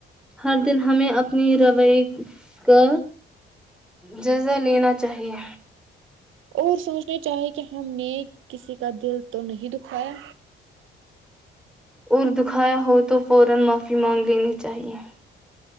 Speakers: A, in the centre; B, on the right (about 80°).
A: ہر دن ہمیں اپنی روی کا جزا لینا چاہیے
B: اور سوچنا چاہے کہ ہم نے کسی کا دل تو نہیں دکھایا
A: <unintelligible>